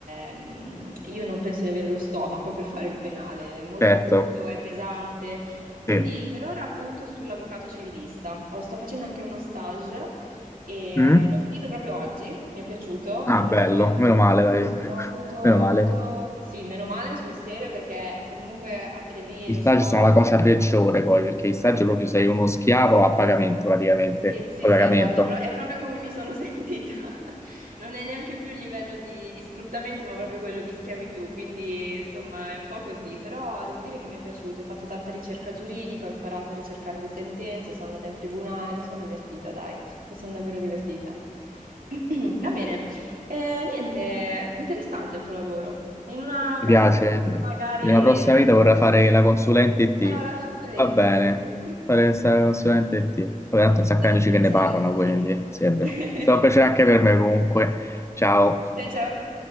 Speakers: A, on the right; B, on the left.
A: è... mm, Io non penso di avere lo stomaco per fare il penale, è molto
B: Certo,
A: crudo, è pesante. Quindi
B: sì.
A: per ora appunto sull'avvocato civilista. Ho- sto facendo anche uno stage e
B: Mm?
A: l'ho finito proprio oggi, mi è piaciuto
B: Ah,
A: molto.
B: bello, meno male, dai. <laughs>
A: Ho avuto, ho
B: Meno male.
A: avuto- sì, meno male sul serio perché comunque anche lì
B: Gli
A: lo
B: stagi
A: sforzo.
B: sono la cosa peggiore poi, perché gli stagi proprio sei uno schiavo a pagamento praticamente,
A: Sì,
B: a
A: sì, sì,
B: pagamento.
A: esatto, è, pro- è proprio come mi sono <laughs> sentita. Non è neanche più il livello di, di sfruttamento, ma proprio quello di schiavitù, quindi insomma è un po' così, però devo dire che mi è piaciuto, ho fatto tanta ricerca giuridica, ho imparato a ricercare le sentenze, sono andata in tribunale, mi sono divertita, dai, mi sono davvero divertita. <clears throat> Va bene, Eh, niente, interessante il tuo lavoro. In una
B: Ti
A: prossima
B: piace?
A: vita
B: In
A: magari
B: una prossima vita
A: <laughs>
B: vorrei fare la consulente IT.
A: farò la consulente,
B: Va bene,
A: sì. <laughs>
B: fare la consulente IT. Vabbè, tanto
A: È
B: un sacco
A: stato
B: di amici
A: un piacere.
B: che ne parlano,
A: <laughs>
B: quindi, sì, è vero.
A: <laughs>
B: È stato un piacere anche per me comunque. Ciao.
A: Ciao ciao.